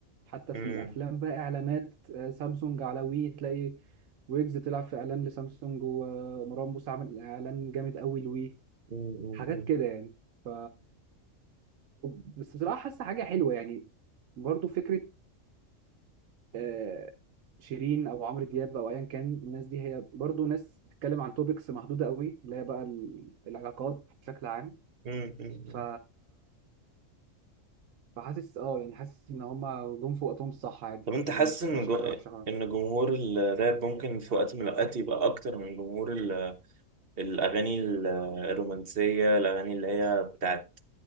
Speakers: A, on the right; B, on the right.
A: حتى
B: مم.
A: في الأفلام بقى إعلانات آه سامسونج على وي تلاقي ويجز طلع في إعلان لسامسونج ومروان موسى عامل إعلان جامد قوي لوي
B: مم.
A: حاجات
B: مم.
A: كده يعني ف بس بصراحة حاسة حاجة حلوة يعني برضو فكرة آه شيرين أو عمرو دياب أو أيا كان الناس دي هي برضو ناس بتتكلم عن توبكس محدودة قوي اللي هي بقى ال- العلاقات بشكل عام
B: مم. مم.
A: ف فحاسس اه يعني حاسس ان هما جم في وقتهم الصح عادي
B: طب انت
A: يعني
B: حاسس
A: مش
B: ان
A: مش
B: جو...
A: حاجه وحشه خالص
B: ان جمهور الراب ممكن في وقت من الاوقات يبقى اكتر من جمهور ال... الاغاني ال- الرومانسيه الاغاني اللي هي بتاعت